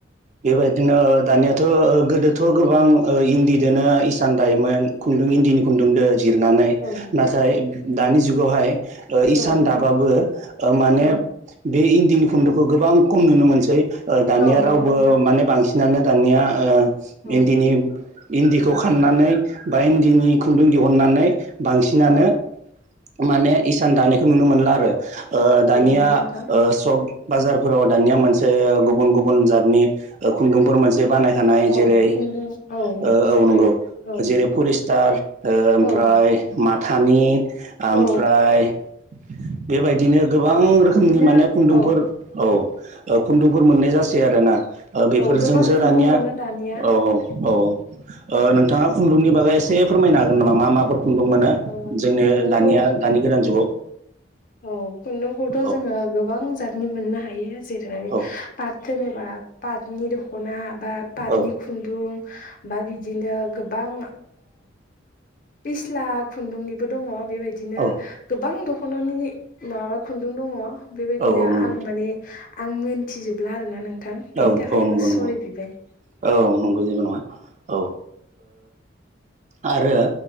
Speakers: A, on the right; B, on the left.
A: बेबायदिनो दानियाथ' गोदोथ' गोबां
B: औ
A: इन्दि बिदिनो इसान दायमोन खुन्दुं इन्दिनि खुन्दुं दो जिरनानै
B: औ
A: नाथाय दानि जुगावहाय इसान
B: औ
A: दाबाबो ओ माने
B: औ
A: बे इन्दिनि खुन्दुंखौ गोबां खम नुनो मोनसै दानिया
B: औ नंगौ
A: रावबो
B: नोंथां
A: माने बांसिनानो दानिया आ
B: औ
A: इन्दिखौ खाननानै बा इन्दिनि खुन्दुं दिह अननानै बांसिनानो
B: औ
A: माने इसान दानायखौ नुनो मोनला आरो ओ
B: औ
A: दानिया
B: नंगौ नोंथां
A: ओ सब बाजारफोराव दानिया मोनसे गुबुन गुबुन जातनि ओ खुन्दुंफोर मोनसे बानायखानाय
B: औ
A: जेरै
B: खुन्दुं औ
A: ओ-
B: जेरै
A: औ नंगौ
B: औ
A: जेरै पुरिस् टार ओ- ओमफ्राय
B: औ
A: माथानि ओमफ्राय
B: औ
A: बेबायदिनो गोबां रोखोमनि
B: बिदिनो
A: माने खुन्दुंफोर
B: औ
A: औ ओ खुन्दुंफोर मोननाय जासै आरो ना ओ- बेफोरजोंसो
B: औ गोबां खुन्दुं
A: दानिया
B: मोनो
A: औ
B: दानिया
A: औ औ औ ओ- नोंथाङा खुन्दुंनि बागै एसे फोरमायनो हागोन नामा मा माफोर खुन्दुं मोनो
B: औ
A: जोंनि
B: खुन्दुंखौ
A: दानिया दानि गोदान जुगाव
B: औ खुन्दुंखौथ'
A: औ
B: जोङो गोबां जातनि मोननो हायो जेरै
A: औ
B: पात जेनेबा पाटनि दख'ना बा पाटनि
A: औ
B: खुन्दुं बा बिदिनो गोबां पिस्ला खुन्दुंनिबो दङ। बेबायदिनो
A: औ
B: गोबां दख'नानि माबा खुन्दुं दङ बेबायदिनो
A: औ औ नंगौ
B: आं माने आं मोनथिजोबला आरोना नों नोंथां बिनि
A: औ
B: थाखायनो
A: औ नंगौ
B: सरि
A: नंगौ
B: बिबाय।
A: औ नंगौ जेबो नङा औ। आरो